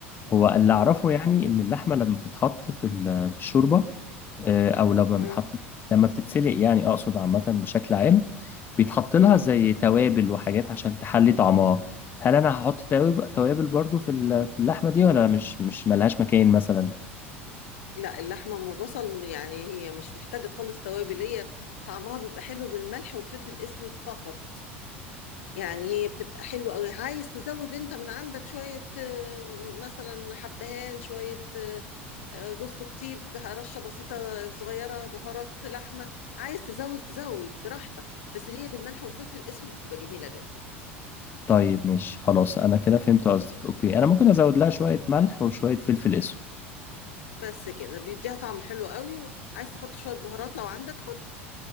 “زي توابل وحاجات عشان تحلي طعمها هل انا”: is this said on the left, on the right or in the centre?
Left